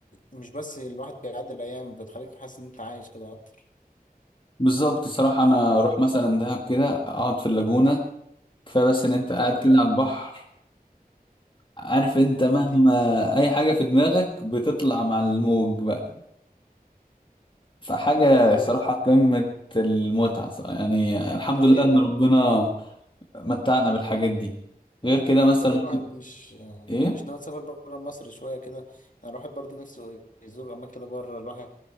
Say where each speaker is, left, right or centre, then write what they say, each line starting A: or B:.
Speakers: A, on the left; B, on the left.
A: مش بس الواحد بيعدي الايام بتخليك حاسس ان انت عايش كده اكتر
B: بالظبط صراحة أنا أروح مثلا دهب كده أقعد في اللاجونة كفاية بس إن أنت قاعد
A: يا ولا
B: كده على البحر عارف أنت مهما
A: ادي
B: أي حاجة في دماغك بتطلع مع الموج بقى فحاجة
A: جامد
B: صراحة
A: ده
B: قمة المتعة صراحة. يعني الحمد
A: طب
B: لله
A: ايه
B: إن
A: بقى
B: ربنا متعنا بالحاجات دي غير كده مثلا
A: طب ايه
B: ممكن
A: الواحد مش
B: إيه
A: مش ناوي تسافر بره مصر شوية كده انا الواحد برضو نفسه يزور اماكن كده بره الواحد